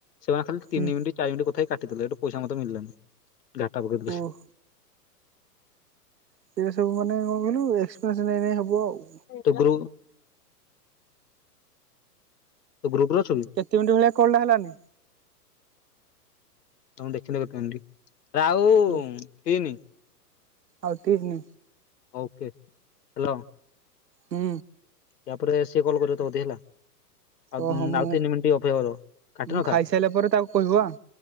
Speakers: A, on the left (about 75°); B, on the right (about 85°).
A: ସେମାନେ ଖାଲି ତିନି
B: ହୁଁ
A: ମିନଟ୍ ଚାର ମିନିଟ କଥା ହ କାଟିଦେଲେ ଏଇଠୁ ପଇସା ମତେ ମିଳିଲାନି <unintelligible>
B: ଓହ ସେ ସବୁ ମାନେ କଣ କହିଲୁ ଏକ୍ସପିରିଏନ୍ସ ନେଇ ନେଇ ହବ ଆଉ
A: ତୁ ଗ୍ରୁ ତ ଗ୍ରୁପ ରେ ଅଛୁକି
B: କେତେ ମିନିଟ୍ ଭଳିଆ କଲ୍ ଟା ହେଲାନି
A: ତମ ଦେଖି ନେବ କଉଠି ଆଉ
B: ଦେ
A: ତିନି
B: ଆଉ ତନି
A: ଓକେ ହ୍ୟାଲୋ
B: ହୁଁ
A: ତାପରେ ସିଏ କଲ୍ କରିବ ତ ଅଧେ ହେଲା ଆଉ
B: ଓହୋ ମୁଁ
A: ଆଉ ତିନି ମିନିଟ୍ ଅପେକ୍ଷା କର କାଟି
B: ମୁଁ
A: ନଥା
B: ଖାଇସାରିଲା ପରେ ତାକୁ କହିବ ଆଉ।